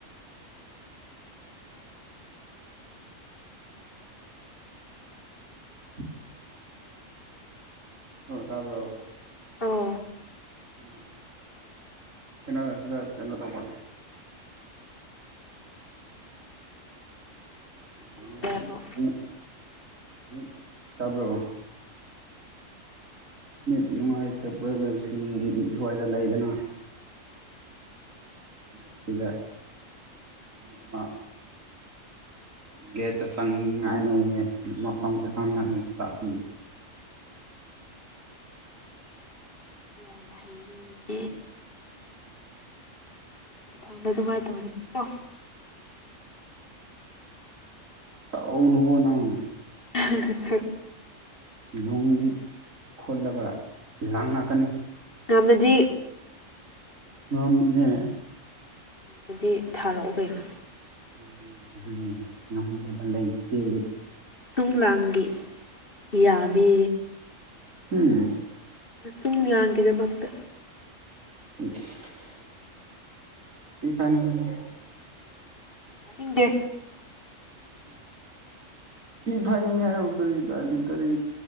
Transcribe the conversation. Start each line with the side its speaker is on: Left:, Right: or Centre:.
Right: <unintelligible> ꯑꯣ ꯇꯥꯕ꯭ꯔꯣ
Left: ꯑꯣ
Right: ꯎ ꯀꯅꯥꯅꯣ ꯁꯤꯅ ꯀꯩꯅꯣ ꯇꯧꯕ <unintelligible>
Left: ꯇꯧꯔꯦ ꯑꯃꯨꯛ
Right: ꯇꯥꯕ꯭ꯔꯣ ꯅꯦꯠ ꯅꯨꯡꯉꯥꯏꯇꯕꯁꯤꯡ ꯁ꯭ꯋꯥꯏꯗ ꯂꯩꯗꯅ ꯑꯁꯤꯗ ꯑ ꯃꯥ ꯒꯦꯠꯇ ꯆꯪꯉꯥꯏꯅ ꯃꯐꯝꯁꯦ ꯈꯪ ꯇꯥꯛꯄꯤ
Left: <unintelligible> ꯃꯊꯪꯗ ꯑꯗꯨꯃꯥꯏꯅ ꯇꯧꯒꯅꯨ ꯀꯣ
Right: ꯇꯧ ꯅꯨꯕꯣ ꯅꯪ
Left: <unintelligible>
Right: ꯅꯨꯡ ꯈꯨꯜꯂꯕ ꯂꯥꯡꯉꯛꯀꯅꯤ
Left: ꯔꯝꯃꯗꯤ
Right: ꯉꯝꯃꯤꯅꯦ
Left: ꯗꯗꯤ ꯊꯥꯔꯛꯑꯣ ꯀꯩꯩꯅꯣ
Right: ꯉꯝꯃꯦ ꯉꯝꯃꯦ ꯉꯝꯗꯕ ꯂꯩ ꯇꯦ
Left: ꯅꯁꯨꯡꯂꯥꯡꯒꯤ ꯌꯥꯕꯤ
Right: ꯎꯝ
Left: ꯅꯁꯨꯝꯂꯥꯡꯒꯤ ꯗꯃꯛꯇ
Right: ꯏꯁ ꯊꯤ ꯐꯥꯏꯅꯤꯡꯏ
Left: ꯇꯥꯅꯤꯡꯗꯦ
Right: ꯊꯤ ꯐꯥꯏꯅꯤꯡꯏ ꯍꯥꯏꯕꯨ ꯀꯔꯤ ꯀꯔꯤ